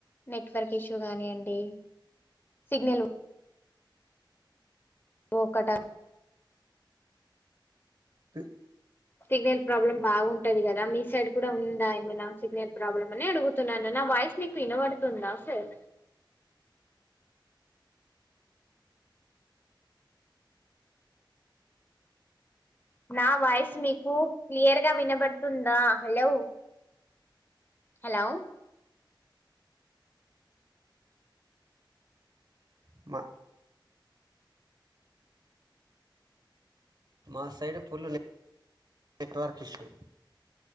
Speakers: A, on the left; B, on the right.
A: నెట్వర్క్ ఇష్యూ గానియండి సిగ్నల్ ఓ కటా
B: పి
A: సిగ్నల్ ప్రాబ్లమ్ బాగుంటది కదా మీ సైడ్ కూడా ఉందా ఏమైనా సిగ్నల్ ప్రాబ్లమనడుగుతున్నాను నా వాయిస్ మీకు వినబడుతుందా సార్. నా వాయిస్ మీకు క్లియర్ గా వినబడుతుందా హలో హలో
B: మ మా సైడ్ పుల్లు నే నెట్వర్క్ ఇష్యూ